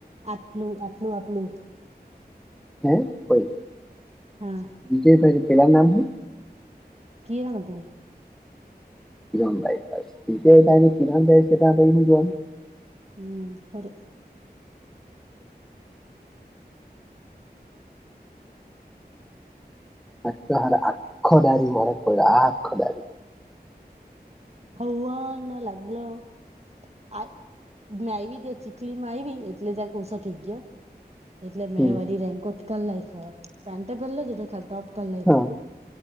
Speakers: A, on the right; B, in the centre.
A: આટલું આટલું આપણું
B: હમ કોઈ
A: હા
B: વિજય થાઈ પેલા નામ શ
A: કિરણ ભાઈ
B: કિીને કિરા થાય છે હું જોવાનું
A: હમ ખરું હ <inaudible>
B: નાચ હાર આખ ડારી ભરે પડલા આખ ડારી
A: હવાર લાગો લયો આ મેં આવી ત્યાં ચીખલી માં આવી એટલે જ્યાં કોસો થઠઈક ગયો એટલે મેં
B: હમ
A: વરી રેન્કોટ કર લક પેન્ટ પહેલા જટ ખાલી ટોપ લખો
B: હા